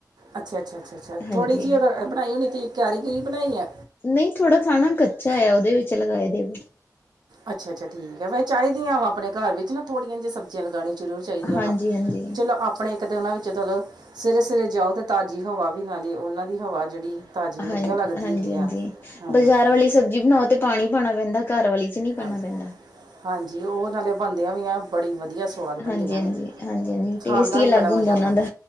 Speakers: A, on the right (about 80°); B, on the left (about 30°).
A: ਅੱਛਾ ਅੱਛਾ ਅੱਛਾ ਅੱਛਾ
B: ਹਾਂਜੀ।
A: ਥੋੜੀ ਜਿਹੀ ਉਹ ਰ- ਬਣਾਈ ਹੋਣੀ ਤੇ ਤੁਸੀ ਕਿਆਰੀ ਕੁਰੀ ਬਣਾਈ ਐ।
B: ਨਈ ਥੋੜਾ ਥਾਂ ਨਾ ਕੱਚਾ ਆ, ਉਹਦੇ ਵਿੱਚ ਲਗਾਏ ਦੇ ਏ।
A: ਅੱਛਾ-ਅੱਛਾ ਠੀਕ ਐ, ਵੈਸੇ ਚਾਹੀਦੀਆਂ ਵਾ ਆਪਣੇ ਘਰ ਵਿਚ ਨਾ ਥੋੜੀਆਂ ਜਿਹੀਆਂ ਨਾ ਸਬਜ਼ੀਆਂ ਲਗਾਣੀਆਂ। ਜ਼ਰੂਰ ਚਾਹੀਦੀਆਂ
B: ਹਾਂਜੀ,
A: ਵਾ,
B: ਹਾਂਜੀ
A: ਚਲੋ ਆਪਣੇ। ਇੱਕ ਤਾਂ ਉਹਨਾਂ ਵਿੱਚ ਚਲੋ, ਸਵੇਰੇ-ਸਵੇਰੇ ਜਾਓ, ਤਾਜ਼ੀ ਹਵਾ ਵੀ ਨਾਲ ਈ ਉਹਨਾਂ ਹਵਾ ਜਿਹੜੀ ਤਾਜ਼ੀ ਵਧੀਆ
B: ਹਾਂ
A: ਲੱਗਦੀ
B: ਹਾਂਜੀ-ਹਾਂਜੀ,
A: ਹੈਗੀ ਆ ਹਾਂ
B: ਬਾਜ਼ਾਰ ਵਾਲੀ ਸਬਜ਼ੀ ਬਣਾਓ ਤੇ ਪਾਣੀ ਪਾਣਾ ਪੈਂਦਾ ਘਰ ਵਾਲੀ ਚ ਨਹੀਂ ਪਾਉਣਾ
A: ਹਾਂਜੀ-ਹਾਂਜੀ
B: ਪੈਂਦਾ
A: ਉਹ ਨਾਲੇ ਬਣਦਿਆਂ ਵੀ ਐ ਬੜੀ ਵਧੀਆ ਸੀ। ਸੁਵਾਦ ਬਣਦੀਆਂ
B: ਹਾਂਜੀ,
A: ਨੇ,
B: ਹਾਂਜੀ, ਹਾਂਜੀ, ਹਾਂਜੀ ਟੇਸਟ
A: ਖਾਣ ਦਾ
B: ਹੀ
A: ਵੀ
B: ਅਲੱਗ
A: ਬੜਾ
B: ਹੁੰਦਾ
A: ਮਜ਼ਾ ਆਂਦਾ
B: ਉਹਨਾਂ
A: ਨੇ।
B: ਦਾ